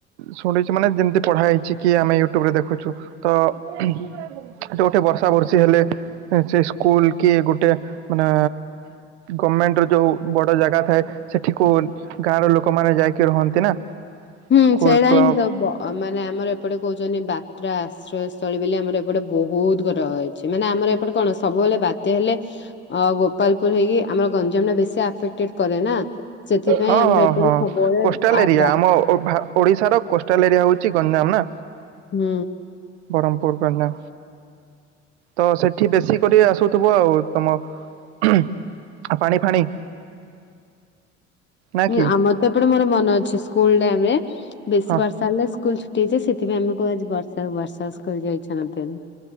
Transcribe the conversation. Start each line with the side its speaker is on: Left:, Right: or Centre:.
Right: ଶୁଣିଚି ମାନେ ଯେମିତି ପଢା ହେଇଛି କି ଆମେ ୟୁଟ୍ୟୁବ ରେ ଦେଖୁଛୁ ତ ଏଠି ଗୋଟେ ବର୍ଷା ବର୍ଷୀ ହେଲେ ସେ ସ୍କୁଲ କି ଗୋଟେ ମାନେ ଗମେଣ୍ଟ ର ଯୋଉ ବଡ଼ ଜାଗା ଥାଏ ସେଠିକୁ ଗାଁର ଲୋକମାନେ ଯାଇକି ରହନ୍ତି ନା
Left: ହୁଁ
Right: ସ୍କୁଲ
Left: ସେଇଟା
Right: କ୍ଲବ
Left: ହିଁ ସବୁ ମାନେ ଆମର ଏପଟେ କହୁଛନ୍ତି ବାତ୍ରା ଆ ଆଶ୍ରୟସ୍ଥଳୀ ବୋଲି ଆମର ଏପଟେ ବହୁତ ଘର ହେଇଛି ମାନେ ଆମର ଏପଟେ କଣ ସବୁବେଳେ ବାତ୍ୟା ହେଲେ ଆଉ ଗୋପାଳପୁର ରେ ହେଇକି ଆମର ଗଞ୍ଜାମ ଟା ବେଶୀ ଆଫେକ୍ଟେଡ କରେ ନା ସେଥିପାଇଁ
Right: ହଁ
Left: ଆମର
Right: ହଁ
Left: ଏପଟେ
Right: ହଁ
Left: ସବୁବେଳେ
Right: କୋଷ୍ଟାଲ
Left: ଆ
Right: ଏରିଆ
Left: ବା
Right: ଆମ ଓଭା ଓଡ଼ିଶାର କୋଷ୍ଟାଲ ଏରିଆ ହୋଉଚି ଗଞ୍ଜାମ ନା।
Left: ହୁଁ।
Right: ବରହମପୁର ପେଣ୍ଡା ତ ସେଠି ବେଶୀ କରି ଆସୁଥିବ ଆଉ ତୋମ ଆଉ ପାଣି ଫାଣି। ନା
Left: ହୁଁ,
Right: କି
Left: ଆମର ତ ଏପଟେ ମୋର ମନ ଅଛି ସ୍କୁଲ୍ ଟାଇମୂ ରେ ବେଶୀ
Right: ହଁ।
Left: ବର୍ଷା ହେଲେ ସ୍କୁଲ୍ ଛୁ ଟି ହେଇଯାଏ, ସେଥିପାଇଁ ଆମକୁ ଆଜି ବର୍ଷା ବର୍ଷା ସ୍କୁଲ୍ ଯିବାକୁ ଇଚ୍ଛା ନଥାଏ।